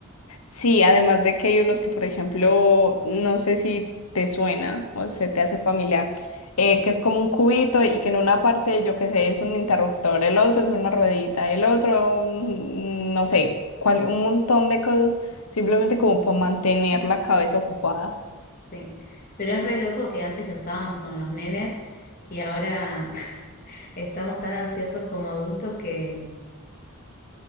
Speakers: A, on the left; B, on the left.
A: sí, además de que hay unos que, por ejemplo, no sé si te suena o se te hace familiar, eh, que es como un cubito y que en una parte, yo qué sé, es un interruptor, el otro es una ruedita, el otro, mm, no sé, cual- un montón de cosas, simplemente como para mantener la cabeza ocupada.
B: Sí, pero es re loco que antes lo usábamos con los nenes y ahora <laughs> estamos tan ansiosos como adultos que